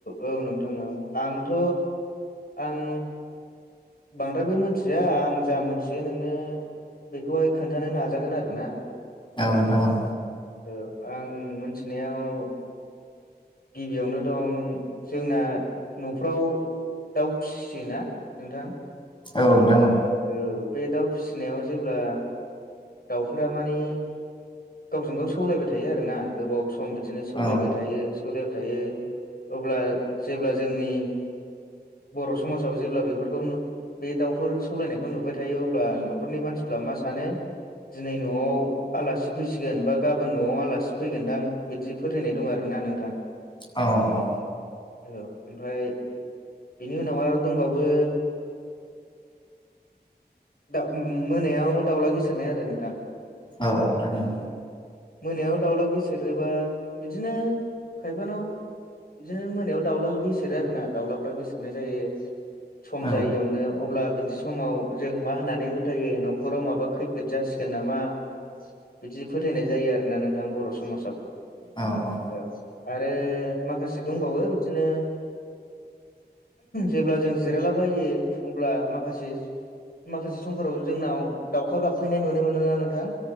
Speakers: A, on the left (about 65°); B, on the left (about 30°).
A: औ नोंथां औ आंथ' आं बांद्रायबो मिथिया आं जा मोनथियो नोंनो बेखौहाय खोन्थानो नाजागोन आरोना
B: औ नोंथां औ।
A: औ आं मोनथिनायाव गिबियावनो दं जोंना न'फ्राव दाउ फिसियो ना नोंथां।
B: औ नोंथां औ
A: औ बे दाउ फिसिनायाव जेब्ला दाउफोरा माने गावजों गाव सौलायबाय थायो आरोना गोबाव सम बिदिनो सौलायबाय
B: औ
A: थायो सौलायबाय थायो अब्ला जेब्ला जोंनि बर' समाजाव जेब्ला बेफोरखौ नो बे दाउफोर सौलायनायखौ नुबाय थायो अब्ला न'खरनि मानसिफ्रा मा सानो दिनै न'आव आलासि फैसि गोन बा गाबोन न'आव आलासि फैगोनदां बिदि फोथायनाय दं आरो ना नोंथां।
B: अ-अ
A: औ ओमफाय बेनि उनाव आरो दंबावो ओम मोनायाव दाउला गिसिरनाय आरो नोंथां
B: औ औ नोंथां औ
A: मोनायाव दाउला गेसेेरोबा बिदिनो खायफानाव बिदिनो मोनायाव दाउला गेसेेरो आरो ना दाउलाफ्रा गेसेेरनाय जायो। सम
B: औ
A: जायैयावनो अब्ला बिदि समाव जों मा होननानै होथायो न'खराव माबा खै द जासिगोन नामा बिदि फोथायनाय जायो आरो ना नोंथां बर' समाजाव।
B: औ औ
A: औ आरो माखासे दंबावो बिदिनो जेब्ला जों जिरायलाबायो अब्ला माखासे माखासे समफोराव जोंनाव दाउखा गाबफैनाय नुनो मोनो ना नोंथां?